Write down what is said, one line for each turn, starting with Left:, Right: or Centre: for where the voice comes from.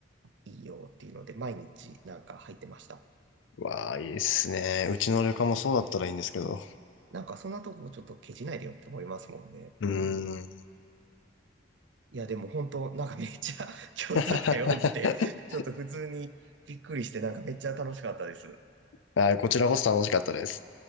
Right: いいよっていうので、毎日なんか入ってました。
Left: わあ、いいっすね。うちの旅館もそうだったらいいんですけど。
Right: なんかそんなとこちょっとケチないでよって思いますもんね。
Left: うーん。
Right: いや、でも本当なんかめっちゃ <laughs> 共通点多くて、
Left: <laughs>
Right: ちょっと普通にびっくりして、なんかめっちゃ楽しかったです。
Left: はい、こちらこそ楽しかったです。